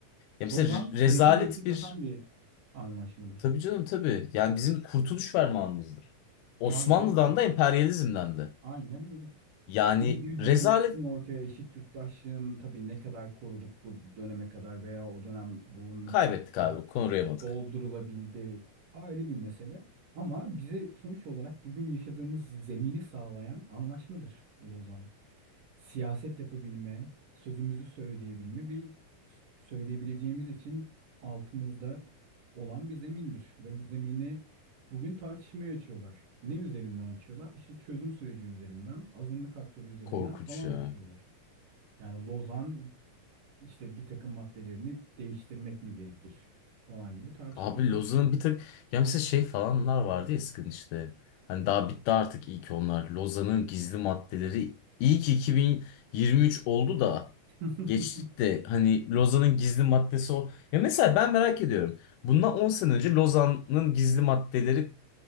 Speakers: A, on the left; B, on the right.
A: Ya mesela
B: Lozan
A: re-
B: Sevr'i
A: rezalet
B: yırtıp
A: bir
B: atan bir anlaşmadır.
A: tabii canım tabii yani bizim kurtuluş fermanımızdır. Osmanlı'dan
B: Aynen öyle.
A: da emperyalizmden de.
B: Aynen öyle.
A: Yani
B: Yeni bir cumhuriyetin
A: rezalet
B: ortaya eşit yurttaşlığın tabii ne kadar koruduk bu döneme kadar veya o dönem bunun
A: kaybettik
B: için ne kadar
A: abi konurayamadık.
B: doldurulabildi ayrı bir mesele. Ama bize sonuç olarak bugün yaşadığımız zemini sağlayan anlaşmadır Lozan siyaset yapabilme, sözümüzü söyleyebilme bir s- söyleyebileceğimiz için altımızda olan bir zemindir. Ve bu zemini bugün tartışmaya açıyorlar. Ne üzerinden açıyorlar? İşte çözüm süreci üzerinden, azınlık hakları üzerinden
A: Korkunç
B: falan
A: ya.
B: açıyorlar. Yani Lozan işte bir takım maddelerini değiştirmek mi gerekir falan gibi tartışmalar
A: Abi Lozan'ın
B: yapıyor.
A: bir tık ya mesela şey falanlar vardı ya eskiden işte. Hani daha bitti artık iyi ki onlar. Lozan'ın gizli maddeleri iyi ki 2023 oldu da
B: <laughs>
A: geçtik de hani Lozan'ın gizli maddesi o. Ya mesela ben merak ediyorum. Bundan 10 sene önce Lozan'ın gizli maddeleri